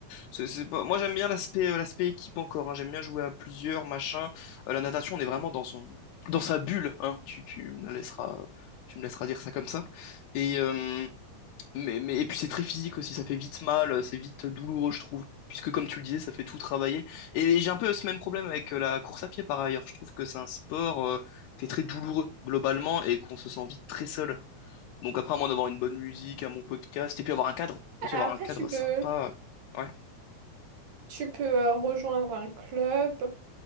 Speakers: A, on the left; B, on the right.
A: c'est c'est pas... Moi, j'aime bien l'aspect euh, l'aspect équipe encore, hein. J'aime bien jouer à plusieurs, machin. Euh, la natation, on est vraiment dans son... dans sa bulle, hein. Tu, tu me la laisseras... Tu me laisseras dire ça comme ça. Et, euh, Mais, mais, et puis c'est très physique aussi, ça fait vite mal, euh, c'est vite douloureux, je trouve. Puisque comme tu le disais, ça fait tout travailler. Et j'ai un peu ce même problème avec euh, la course à pied par ailleurs. Je trouve que c'est un sport euh, qui est très douloureux globalement et qu'on se sent vite très seul. Donc après, à moins d'avoir une bonne musique, un bon podcast, et puis avoir un cadre, aussi
B: Après,
A: avoir un cadre
B: tu peux,
A: sympa. Ouais,
B: tu peux euh, rejoindre un club.